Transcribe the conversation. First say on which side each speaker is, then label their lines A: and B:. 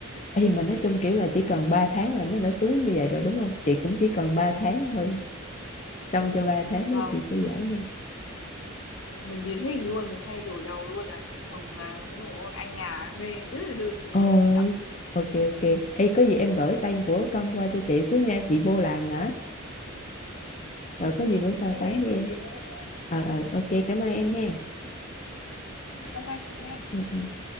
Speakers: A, on the left; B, on the left.
A: Ê, mà nói chung kiểu là chỉ cần 3 tháng là nó đã xuống như vậy rồi đúng không chị cũng chỉ cần 3 tháng thôi trong cho ba tháng
B: vâng
A: đó chị sẽ giảm được
B: mình biến hình luôn mình thay đổi đầu luôn là chồng là ngủ anh nhà về rất là được
A: ôi
B: luôn chị nhở
A: ok ok Ê, có gì em gửi tên của cân qua cho chị xíu nha chị vô làm nữa rồi
B: ok
A: có gì bữa
B: chị
A: sau
B: em
A: tám
B: em
A: với
B: gửi
A: em
B: liền luôn anh nha
A: ờ ờ ok cảm ơn em hen
B: bye bye chị nha
A: ừ, ừ.